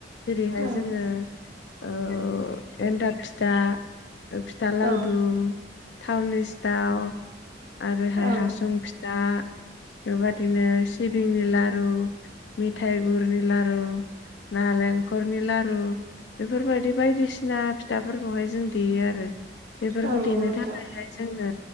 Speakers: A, on the left; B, on the right.
A: जेरैहाय
B: औ
A: जोङो ओ एन्थाब फिथा फिथा लावदुम
B: औ
A: थावनि सिथाव आरोहाय
B: औ
A: हासुं फिथा बेबादिनो सिबिंनि लारु मिथाइ गुरनि लारु नालेंखरनि लारु बेफोरबायदि बायदिसिना फिथाफोरखौहाय जों देयो आरो बेफोरखौ
B: औ
A: देनो
B: नंगौ नोंथां
A: थाखायहाय जोंनो